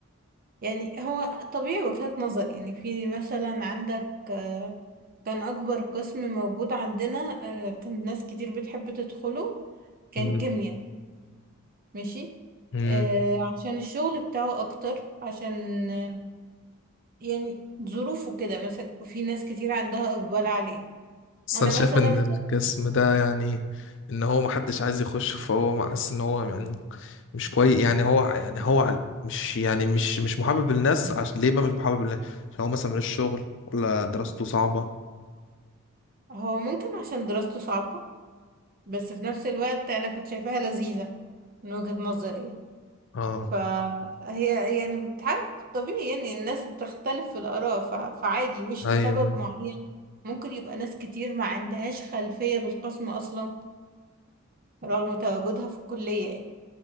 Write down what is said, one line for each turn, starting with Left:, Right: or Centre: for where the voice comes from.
Right: يعني هو طبيعي وجهات نظر يعني في مثلا عندك آه، كان أكبر قسم موجود عندنا آه، كان ناس كتير بتحب تدخله كان
Left: امم
Right: كيمياء ماشي
Left: امم
Right: آه، عشان الشغل بتاعه أكتر عشان آه، يعني ظروفه كده مثلا في ناس كتير عندها إقبال عليه
Left: بس
Right: أنا
Left: انا شايف
Right: مثلا
Left: ان القسم ده يعني ان هو محدش عايز يخش فهو ما- حاسس ان هو يعني مش كويس يعني هو يعني هو مش يعني مش مش محبب للناس عش... ليه بقى مش محبب للناس عشان هو مثلا ملوش شغل ولا دراسته صعبة
Right: هو ممكن عشان دراسته صعبة بس في نفس الوقت أنا كنت شايفاها لذيذة من وجهة نظري يعني.
Left: اه
Right: فهي يعني بتعرف طبيعي يعني الناس بتختلف في الآراء ف- فعادي مش
Left: ايوه
Right: لسبب معين ممكن يبقى ناس كتير ما عندهاش خلفية بالقسم أصلا رغم تواجدها في الكلية يعني